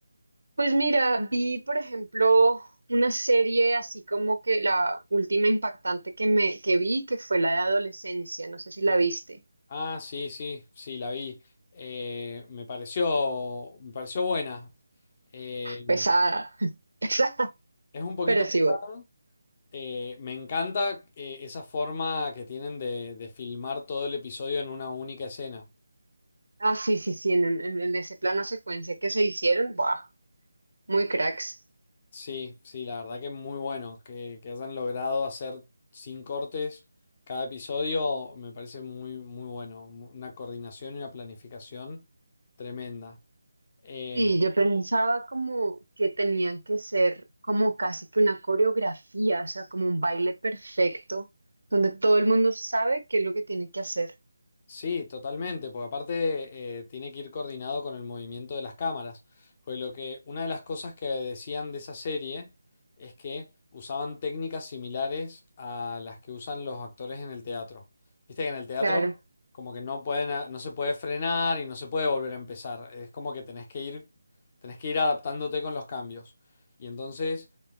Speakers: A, on the right; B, on the left.
A: Pues mira, vi por ejemplo una serie así como que la última impactante que me que vi, que fue la de adolescencia, no sé si la viste.
B: Ah, sí, sí, sí, la vi. Eh, me pareció, me pareció buena. Em,
A: Pesada, <laughs> pesada,
B: es un poquito
A: pero sí,
B: pesada.
A: bueno.
B: Eh, me encanta eh, esa forma que tienen de, de filmar todo el episodio en una única escena.
A: Ah, sí, sí, sí, en, en- en ese plano secuencia que se hicieron, ¡buah! Muy cracks.
B: Sí, sí, la verdad que es muy bueno que, que hayan logrado hacer sin cortes cada episodio, me parece muy, muy bueno. mu- Una coordinación y una planificación tremenda. Em,
A: Sí, yo pensaba como que tenían que ser como casi que una coreografía, o sea, como un baile perfecto, donde todo el mundo sabe qué es lo que tiene que hacer.
B: Sí, totalmente, porque aparte eh, tiene que ir coordinado con el movimiento de las cámaras. Pues lo que, una de las cosas que decían de esa serie es que usaban técnicas similares a las que usan los actores en el teatro. Viste que en el teatro
A: Claro,
B: como que no pueden, a- no se puede frenar y no se puede volver a empezar. Es como que tenés que ir, tenés que ir adaptándote con los cambios. Y entonces